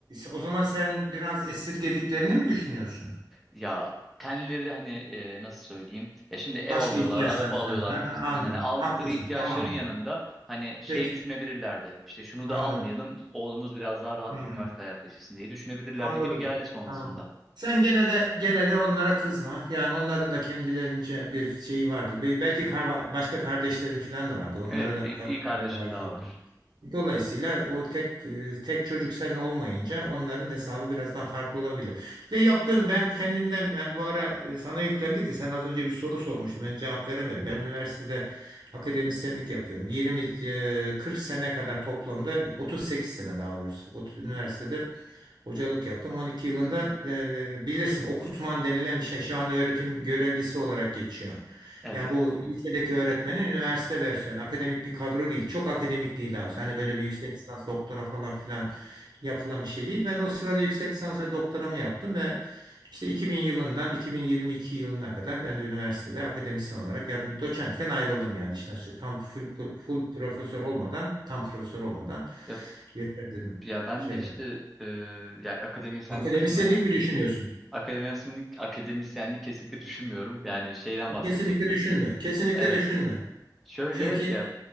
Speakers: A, on the right; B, in the centre.
A: o zaman sen biraz esirgediklerini mi düşünüyorsun?
B: Ya kendileri de hani e, nasıl söyleyeyim? Ya şimdi ev
A: Başka
B: alıyorlar,
A: ihtiyaçlar
B: araba
A: falan
B: alıyorlar
A: var.
B: gibisinden.
A: Ha, anladım.
B: Hani aldıkları
A: Haklısın.
B: ihtiyaçların
A: Tamamdır.
B: yanında hani şey
A: Peki.
B: düşünebilirlerdi. İşte şunu
A: Anladım.
B: da almayalım, oğlumuz biraz daha rahat
A: Hı.
B: bir üniversite hayatı yaşasın diye düşünebilirlerdi
A: Anladım.
B: gibi geldi sonrasında.
A: Tamam. Sen gene de gene de onlara kızma. Yani onların da kendilerince bir şeyi vardır. Be- Belki kar- başka kardeşlerin falan da vardı. Onlara
B: Evet,
A: da
B: bir iyi kardeşim
A: para harcayın.
B: daha var.
A: Dolayısıyla o tek e, tek çocuk sen olmayınca onların hesabı biraz daha farklı olabilir. Ya yaptığın ben kendimden yani bu ara e, sana yüklendik de sen az önce bir soru sormuştun. Ben cevap veremedim. Ben üniversitede akademisyenlik yapıyorum. Yirmi e, 40 sene kadar toplamda 38 sene daha doğrusu. Ot- Üniversitede Hocalık yaptım. on iki yılında
B: Hı hı.
A: e, bilirsin okutman denilen bir şey şu anda öğretim görevlisi olarak geçiyor.
B: Evet.
A: Yani bu lisedeki öğretmenin üniversite versiyonu. Akademik bir kadro değil. Çok akademik değil daha. doğrusu.
B: Hı
A: Hani
B: hı.
A: böyle bir yüksek lisans doktora falan filan yapılan bir şey değil. Ben o sırada yüksek lisans ve doktoramı yaptım ve işte 2000 yılından 2022 yılına kadar ben de üniversitede akademisyen olarak yardım doçentken ayrıldım yani işin açığı. Tam full, full profesör olmadan, tam profesör olmadan
B: Ya,
A: yeter dedim.
B: ya ben
A: Şeyden.
B: de işte e, ya akademisyenlik
A: Akademisyenlik
B: kısmına
A: mi düşünüyorsun?
B: akademisyenlik akademisyenlik kesinlikle düşünmüyorum. Yani şeyden bahsedecektim.
A: Kesinlikle düşünme. Kesinlikle
B: Evet.
A: düşünme.
B: Şöyle
A: Çünkü
B: ya